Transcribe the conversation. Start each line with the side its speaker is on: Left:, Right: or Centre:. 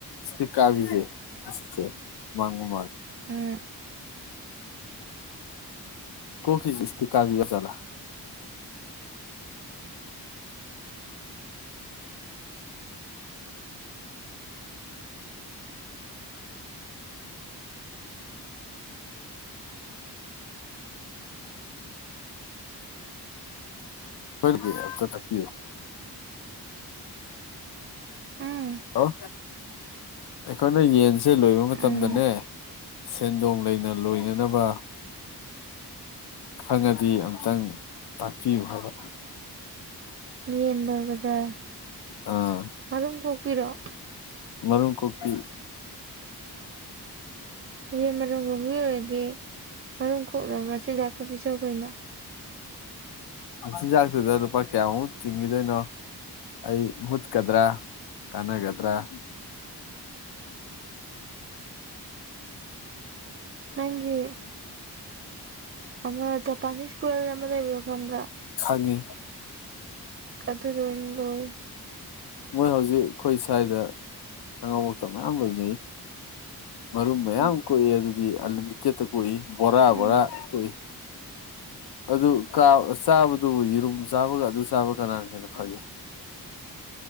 Left: ꯁꯤ ꯀꯥꯕꯤꯁꯦ ꯑꯁꯦ ꯃꯥꯡꯒꯨ ꯃꯥꯜ
Right: ꯎꯝ
Left: ꯇꯣ ꯐꯖꯤ ꯏꯁꯇꯤ ꯀꯕꯤꯌ ꯆꯂ ꯐꯕꯤ ꯑ ꯊꯀꯤꯌꯣ
Right: ꯎꯝ
Left: ꯍꯜꯂꯣ ꯑꯩꯈꯣꯏꯅ ꯌꯦꯟꯁꯦ ꯂꯣꯏꯕ ꯃꯇꯝꯗꯅꯦ
Right: ꯎꯝ
Left: ꯁꯦꯟꯗꯣꯡ ꯂꯩꯅ ꯂꯣꯏꯅꯅꯕ ꯈꯪꯉꯗꯤ ꯑꯝꯇꯪ ꯇꯥꯛꯄꯤꯌꯨ ꯍꯥꯏꯕ
Right: ꯌꯦꯟꯗꯕꯗ
Left: ꯑꯥ
Right: ꯃꯔꯨꯝ ꯀ ꯄꯔꯛ
Left: ꯃꯔꯨꯝ ꯀꯣꯛꯄꯤ
Right: ꯌꯦ ꯃꯣ ꯑꯣꯏꯗꯤ ꯃꯔꯨꯝ ꯀꯣꯛꯅꯕ ꯃꯆꯤꯟꯖꯥꯛꯇ ꯄꯤꯖꯧ ꯀꯩꯅꯣ
Left: ꯑꯦ ꯆꯤꯟꯖꯥꯛꯁꯤꯨꯗ ꯂꯨꯄꯥ ꯀꯌꯥꯃꯨꯛ ꯆꯤꯡꯈꯤꯗꯣꯏꯅꯣ ꯑꯩ ꯃꯨꯠꯀꯗ꯭ꯔꯥ ꯀꯥꯟꯅꯒꯗ꯭ꯔꯥ <inaudible>
Right: ꯅꯪꯒꯤ ꯑꯃ ꯖꯄꯥꯅꯤꯁ ꯀꯜ ꯑꯃ ꯂꯩꯕꯌꯣ ꯈꯪꯕ꯭ꯔꯥ
Left: ꯈꯒꯦ
Right: ꯇꯗ ꯂꯣꯏ
Left: ꯃꯣꯏ ꯍꯧꯖꯤꯛ ꯑꯩꯈꯣꯏ ꯁ꯭ꯋꯥꯏꯗ ꯑꯉꯧꯕꯛꯇ ꯃꯌꯥꯝ ꯂꯣꯏꯖꯩ ꯃꯔꯨꯝ ꯃꯌꯥꯝ
Right: ꯎꯝ
Left: ꯀꯣꯛꯏ ꯑꯗꯨꯗꯤ ꯑꯟꯂꯤꯃꯤꯇꯦꯠꯇ ꯀꯣꯛꯏ ꯕꯣꯔꯥ
Right: ꯎꯝ
Left: ꯕꯣꯔꯥ ꯀꯣꯛꯏ
Right: <inaudible>
Left: ꯑꯗꯨ ꯆꯥꯕꯗꯨ ꯌꯦꯔꯨꯝ ꯆꯥꯕꯒ ꯑꯗꯨ ꯆꯥꯕ ꯀꯅꯥꯅ ꯍꯦꯟꯅ ꯐꯒꯦ